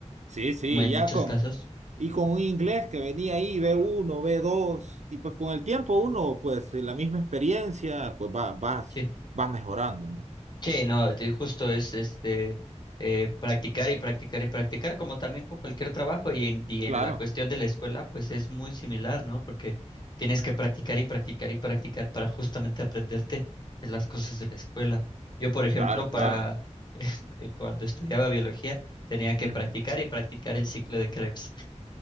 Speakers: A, on the right; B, on the left.
A: Sí, sí,
B: Mu- En
A: ya
B: muchos
A: con,
B: casos.
A: y con un inglés que venía ahí, B1, B2, y pues con el tiempo uno, pues eh, la misma experiencia, pues va, vas,
B: Sí.
A: vas mejorando, ¿no?
B: Sí, no, de- justo es este eh, practicar y practicar y practicar, como también con cualquier trabajo y en, y en
A: Claro,
B: la cuestión de la escuela, pues es muy similar, ¿no? Porque tienes que practicar y practicar y practicar para justamente aprenderte de las cosas de la escuela. Yo, por ejemplo,
A: claro, claro.
B: para <laughs> eh, cuando estudiaba biología, tenía que
A: Ujú.
B: practicar y practicar el ciclo de Krebs